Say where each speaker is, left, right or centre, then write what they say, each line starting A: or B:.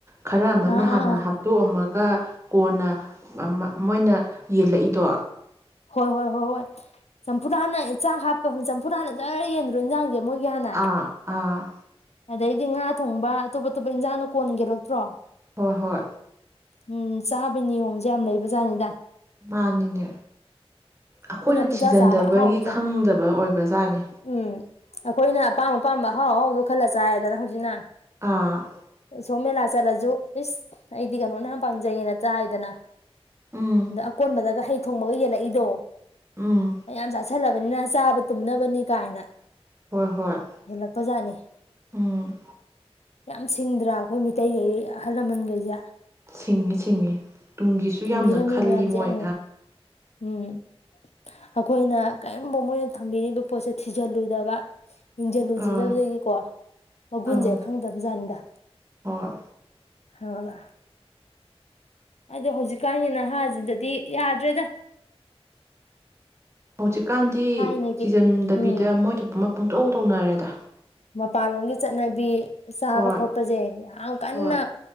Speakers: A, on the right (about 25°); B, on the left (about 85°).
A: ꯈꯔ ꯑꯃꯅ
B: ꯑꯥ
A: ꯍꯥꯟꯅ
B: ꯑꯥ ꯑꯥ
A: ꯍꯥꯞꯇꯣꯛꯑꯝꯃꯒ ꯀꯣꯟꯅ ꯃꯣꯏꯅ ꯌꯦꯜꯂꯛꯏꯗꯣ
B: ꯍꯣꯏ ꯍꯣꯏ ꯍꯣꯏ ꯍꯣꯏ ꯆꯝꯐꯨꯊ ꯍꯥꯟꯅ ꯏꯟꯁꯥꯡ ꯍꯥꯞꯄ ꯆꯝꯐꯨ ꯍꯥꯟꯅ ꯖꯔ ꯌꯦꯟꯗ꯭ꯔꯣ ꯏꯟꯖꯥꯡꯁꯦ ꯃꯣꯏꯒꯤ ꯍꯥꯟꯅ
A: ꯑꯥ ꯑꯥ
B: ꯑꯗꯩꯗꯤ ꯉꯥ ꯊꯣꯡꯕ ꯑꯇꯣꯞ ꯑꯇꯣꯞꯄ ꯏꯟꯖꯥꯡꯅ ꯀꯣꯟꯌ‌ꯦꯜꯂꯛꯇ꯭ꯔꯣ
A: ꯍꯣꯏ ꯍꯣꯏ
B: ꯎꯝ ꯆꯥꯕ ꯅꯤꯌꯣꯝꯁꯦ ꯌꯥꯝ ꯂꯩꯕ ꯖꯥꯠꯅꯤꯗ
A: ꯃꯥꯅꯤꯅꯦ ꯑꯩꯈꯣꯏꯅ
B: ꯄꯨꯡꯆꯥ
A: ꯊꯤꯖꯤꯟꯗꯕꯒꯤ
B: ꯆꯥꯕ ꯑꯍꯥꯎꯕ ꯈꯛ
A: ꯈꯪꯗꯕ ꯑꯣꯏꯕ ꯖꯥꯠꯅꯤ
B: ꯎꯝ ꯑꯩꯈꯣꯏꯅ ꯑꯄꯥꯝ ꯑꯄꯥꯝꯕ ꯑꯍꯥꯎꯑꯍꯥꯎꯕꯗꯣ ꯈꯜꯂ ꯆꯥꯏꯗꯅ ꯍꯧꯖꯤꯛꯅ
A: ꯑꯥ
B: ꯁꯣꯃꯦꯂ ꯆꯠꯂꯁꯨ ꯏꯁ ꯑꯩꯗꯤ ꯀꯩꯅꯣꯅ ꯌꯥꯝ ꯄꯥꯝꯖꯩꯌꯦ ꯅ ꯆꯥꯏꯗꯅ
A: ꯎꯝ
B: ꯑꯗ ꯑꯀꯣꯟꯕꯗꯒ ꯍꯩ ꯊꯣꯡꯕꯒ ꯌꯦꯜꯂꯛꯏꯗꯣ
A: ꯎꯝ
B: ꯃꯌꯥꯝ ꯆꯥꯥꯁꯜꯂꯕꯅꯤꯅ ꯆꯥꯕ ꯇꯨꯝꯅꯕꯅꯤ ꯀꯥꯏꯅ
A: ꯍꯣꯏ ꯍꯣꯏ
B: ꯍꯦꯜꯂꯛꯄꯖꯥꯠꯅꯤ
A: ꯎꯝ
B: ꯌꯥꯝ ꯁꯤꯡꯗ꯭ꯔꯥ ꯑꯩꯈꯣꯏ ꯃꯤꯇꯩꯈꯩ ꯑꯍꯜ ꯂꯃꯟꯈꯩꯁꯦ
A: ꯁꯤꯡꯉꯤ ꯁꯤꯡꯉꯤ ꯇꯨꯡꯒꯤꯁꯨ
B: ꯊꯝꯕꯤꯔꯝꯃꯤ
A: ꯌꯥꯝꯅ ꯈꯜꯂꯤ
B: ꯃꯌꯥꯝꯁꯦ
A: ꯃꯣꯏ
B: ꯑꯪ ꯎꯝ ꯑꯩꯈꯣꯏꯅ ꯀꯔꯤꯒꯝꯕ ꯃꯣꯏꯅ ꯊꯝꯕꯤꯔꯤꯕ ꯄꯣꯠꯁꯦ ꯊꯤꯖꯤꯜꯂꯨꯗꯕ ꯌ‌ꯦꯡꯖꯤꯜꯎꯖꯤꯜꯗꯕꯗꯒꯤꯀꯣ
A: ꯑꯥ
B: ꯃꯒꯨꯟꯁꯦ
A: ꯑꯪ
B: ꯈꯪꯗꯕ ꯖꯥꯠꯅꯤꯗ
A: ꯍꯣꯏ
B: ꯈꯪꯉꯕ ꯑꯗꯣ ꯍꯧꯖꯤꯛꯀꯥꯟꯒꯤ ꯅꯍꯥꯟꯁꯤꯗꯗꯤ ꯌꯥꯗ꯭ꯔꯦꯗ
A: ꯍꯧꯖꯤꯛꯀꯥꯟꯗꯤ
B: ꯊꯥꯏꯅꯒꯤ
A: ꯊꯤꯖꯟꯗꯕꯤꯗ
B: ꯎꯝ
A: ꯃꯣꯏ ꯊꯣꯛꯄ ꯑꯃ ꯄꯨꯡꯇꯧ ꯇꯧꯅꯔꯦꯗ
B: ꯃꯄꯥꯟꯂꯣꯝꯒꯤ ꯆꯠꯅꯕꯤ ꯆꯥꯕ
A: ꯍꯣꯏ
B: ꯈꯣꯠꯄꯁꯦ ꯌꯥꯝ ꯀꯟꯅ
A: ꯍꯣꯏ